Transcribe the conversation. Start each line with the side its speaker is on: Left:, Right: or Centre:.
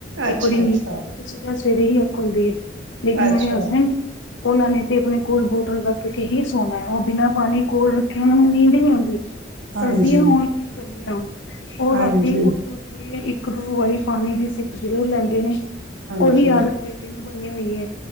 Right: ਅੱਛਾ
Left: ਇੱਕ ਵਾਰੀ ਨੀਂਦ
Right: ਅੱਛਾ
Left: ਪੈਜੇ ਫਿਰ ਸਿੱਧਾਂ ਸਵੇਰੇ ਹੀ ਅੱਖ ਖੁਲਦੀ ਐ। ਲੇਕਿਨ
Right: ਅੱਛਾ
Left: ਮੇਰੇ ਹਸਬੈਂਡ ਉਹਨਾਂ ਨੇ ਤੇ ਆਪਣੇ ਕੋਲ ਬੋਤਲ ਰੱਖ ਕੇ ਹੀ ਸੋਣਾ ਉਹ ਬਿਨਾਂ ਪਾਣੀ ਕੋਲ ਰੱਖਿਆ ਉਹਨਾਂ ਨੂੰ ਨੀਂਦ ਹੀ ਨਹੀਂ ਆਉਂਦੀ।
Right: ਹਾਂਜੀ
Left: ਸਰਦੀਆਂ ਹੋਣ ਜਾਂ ਗਰਮੀਆਂ ਹੋਣ ਉਹ
Right: ਹਾਂਜੀ,
Left: ਰਾਤੀ ਉੱਠ, ਉੱਠ ਕਿ ਇੱਕ ਦੋ ਵਾਰੀ ਪਾਣੀ ਦੀ ਸਿੱਪ ਜ਼ਰੂਰ ਲੈਂਦੇ ਨੇ
Right: ਹਾਂਜੀ,
Left: ਉਹੀ ਆਦਤ ਬੇਟੀ ਨੂੰ ਬਣੀ ਹੋਈ ਐ।